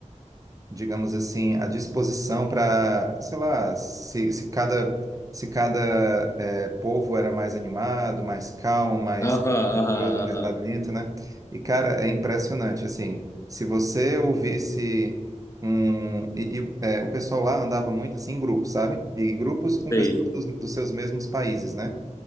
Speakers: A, on the right; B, on the left.
A: digamos assim, à disposição para, sei lá, se, se cada, se cada eh, povo era mais animado, mais calmo, mais,
B: aham, aham.
A: mais barulhento, né? E, cara, é impressionante, assim, se você ouvisse um... E, e, eh, o pessoal lá andava muito, assim, em grupos, sabe? E grupos com
B: Sei.
A: pessoas dos, dos seus mesmos países, né?